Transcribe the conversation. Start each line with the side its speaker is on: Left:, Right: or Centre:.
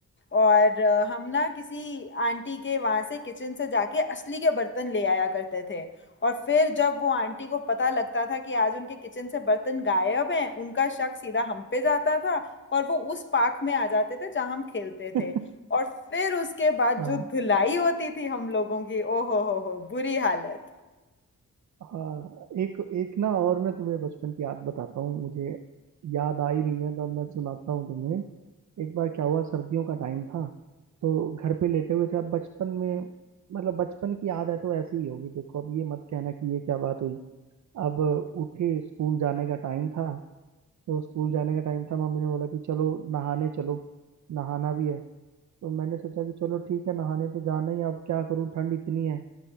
Left: और अ, हम ना किसी आंटी के वहां से किचन से जाके असली के बर्तन ले आया करते थे और फिर जब वो आंटी को पता लगता था कि आज उनके किचन से बर्तन गायब हैं उनका शक सीधा हम पे जाता था और वो उस पार्क में आ जाते थे जहां हम खेलते
Right: <laughs>
Left: थे और फिर उसके बाद
Right: हाँ
Left: जो धुलाई होती थी हम लोगों की ओ हो हो हो बुरी हालत
Right: हाँ एक एक ना और मैं तुम्हें बचपन की याद बताता हूँ मुझे याद आ ही नहीं है तब मैं सुनाता हूँ तुम्हें एक बार क्या हुआ सर्दियों का टाइम था तो घर पे लेटे हुए थे अब बचपन में मतलब बचपन की याद है तो ऐसी ही होगी देखो अब ये मत कहना कि ये क्या बात हुई अब उठे स्कूल जाने का टाइम था तो स्कूल जाने का टाइम था मम्मी ने बोला कि चलो नहाने चलो नहाना भी है तो मैंने सोचा कि चलो ठीक है नहाने तो जाना ही है, अब क्या करूँ ठंड इतनी है